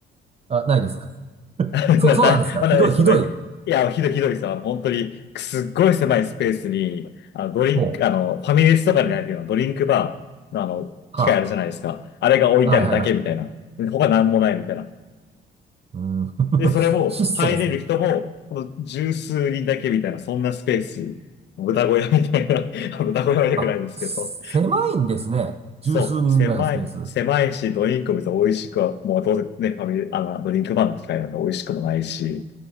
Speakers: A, on the right (about 30°); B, on the left (about 60°).
A: あ、ないです。<laughs>
B: な、
A: そう、そうなんですか。
B: な、<laughs> まあ、
A: ひどい、
B: ないですよね。
A: ひどい。
B: いや、ひどいひどいですよ。あの本当に、すっごい狭いスペースに、あの、ドリンク、
A: ほう。
B: あの、ファミレスとかにあるようなドリンクバーの、あの、
A: は
B: 機械あるじゃないですか。あれが置いてあるだけみたいな。
A: あ。はいはいや。
B: で他なんもないみたいな。
A: うん。<laughs>
B: で、それも、
A: 質素ですね。
B: 入れる人も、この十数人だけみたいな、そんなスペース、豚小屋みたいな、<laughs> あの豚小屋は良くないんですけど、
A: あ、狭いんですね。
B: そう、
A: 十数人ぐらいのスペース。
B: 狭い、狭いし、ドリンクも別に美味しくは、もうどうせね、ファミリー、あの、ドリンクバーの機械なんで美味しくもないし、